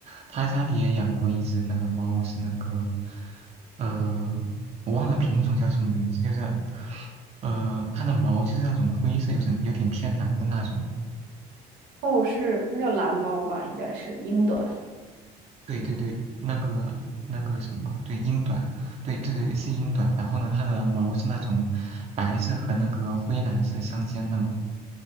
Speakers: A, on the right; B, on the right.
A: 她家里也养过一只那个猫，是那个，呃，我忘了品种叫什么名字，就是，呃，它的毛就是那种灰色，有点有点偏蓝的那种。
B: 哦，是，那叫蓝猫吧，应该是英短。
A: 对对对，那个那个什么，对，英短，对对对，是英短。然后呢，它的毛是那种白色和那个灰蓝色相间的嘛。